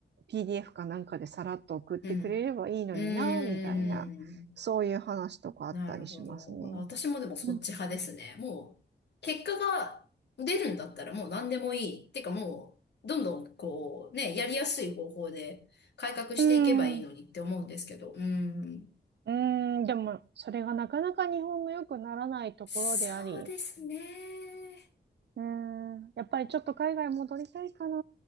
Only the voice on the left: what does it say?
うん。うん。なるほど。私もでもそっち派ですね。
もう、結果が出るんだったらもう何でもいい。ってかもう、どんどんこう、ね、やりやすい方法で改革していけばいいのにって思うんですけど。
うん。
そうですね。